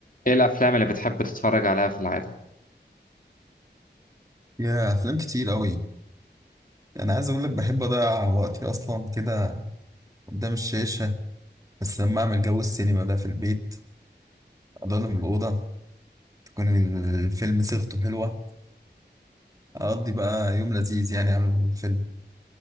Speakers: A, on the left (about 50°); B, on the right (about 20°).
A: ايه الافلام اللي بتحب تتفرج عليها في العاده
B: يا افلام كتير قوي انا عايز اقول لك بحب اضيع وقتي اصلا كده قدام الشاشه بس لما اعمل جو السينما ده في البيت اضلم الاوضه تكون الفيلم صيغته حلوه اقضي بقى يوم لذيذ يعني على الفيلم